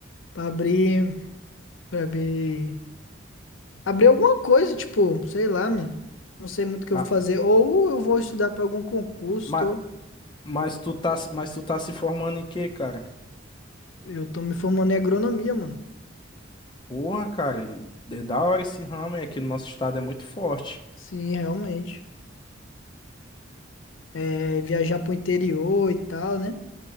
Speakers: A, on the left; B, on the left.
A: pra abrir, pra abrir, abrir alguma coisa, tipo, sei lá, mano. Não sei muito o que
B: Ah,
A: eu vou fazer. Ou eu vou estudar pra algum concurso,
B: mas,
A: tô,
B: mas tu tá, se- mas tu tá se formando em quê, cara?
A: eu tô me formando em agronomia, mano.
B: Porra, cara, é da hora esse ramo, é que no nosso estado é muito forte.
A: Sim, realmente. É, viajar pro interior e tal, né?